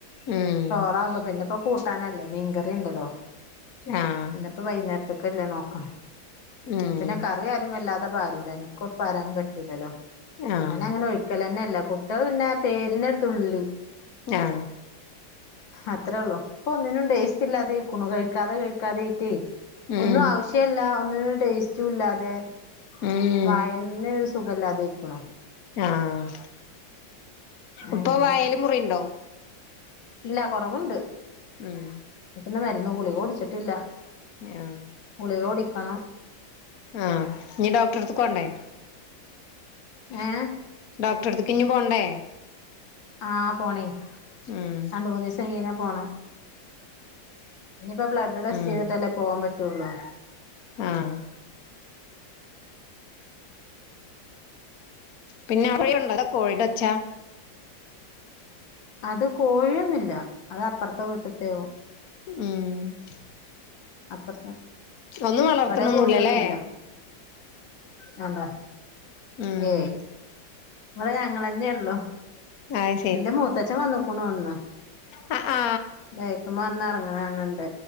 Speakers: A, on the left; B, on the left.
A: ഉം
B: ചോറാകും പിന്നെയിപ്പോ കൂട്ടാനല്ലേ മീൻകറി ഉണ്ടല്ലോ
A: ആഹ്
B: ഇപ്പം വൈകുന്നേരത്തേക്കല്ലേ <unintelligible>
A: ഉം
B: പിന്നെ ക ഇവിടെ ആരും വല്ലാതെ പാരൂല. എനിക്കൊട്ട് പാരാനും പറ്റൂല്ലല്ലോ,
A: ആഹ്
B: ഞാനെങ്ങനെ ഒഴി ക്കലെന്നെല്ല കുട്ടികള് പിന്നെ പേരിനൊരു തുള്ളി
A: ങ്‌ഹാ
B: അത്രേള്ളൂ ഇപ്പൊ ഒന്നിനും ടേസ്റ്റ് ഇല്ലാതെ ആയിക്കുണു കഴിക്കാതെ കഴിക്കാതെ ആയിട്ടേ
A: ഉം
B: ഒന്നും ആവശ്യേല്ല, ഒന്നിനും ഒരു ടേസ്റ്റും ഇല്ലാതെ
A: ഉം
B: <unintelligible> തന്നെ ഒരു സുഖല്ലാതെക്കുണു
A: ആഹ് ഇപ്പൊ
B: അങ്ങനെ
A: വായ്ല് മുറിണ്ടോ
B: ഇല്ല കുറവുണ്ട്
A: ഉം
B: <unintelligible> മരുന്നു ഗുളിക <unintelligible>
A: ആഹ്
B: ഗുളിക <unintelligible>
A: ആഹ് ഞ്ഞ് ഡോക്ടറെട്ത്ത്ക്ക് കൊണ്ടേ
B: ഏഹ്
A: ഡോക്ടറടുത്തേക്ക് ഇനി പോണ്ടേ
B: ആ പോണേ
A: ഉം
B: രണ്ട് മൂന്ന് ദിവസായി ഇങ്ങനെ പോണു ഇഞ്ഞ്പ്പോ ബ്ലഡ് ടെസ്റ്റ്
A: ഉം
B: ചെയ്തിട്ടല്ലേ പോവാൻ പറ്റുള്ളൂ
A: ആഹ് പിന്നെ <unintelligible> കോഴിടെ ഒച്ച
B: അത് കോഴിയൊന്നുല്ല, അത് അപ്പുറത്തെ വീട്ടിത്തെയോ
A: ഉം
B: അപ്പറത്ത
A: ഒന്നും വളർത്തണൊന്നുല്ലല്ലേ
B: ഇവിടെ കോഴിയൊന്നുവില്ല മാണ്ട
A: ഉം
B: ഏ ഇവിടെ ഞങ്ങളന്നെ ഉള്ളു
A: അത്
B: എന്റെ മൂത്തച്ഛൻ വന്നേക്കണു ഇന്ന്
A: ആ ആ
B: ബേക്കുബന്ന് എറ്ങ്ങ്ണ്. കാണ് ണുണ്ട്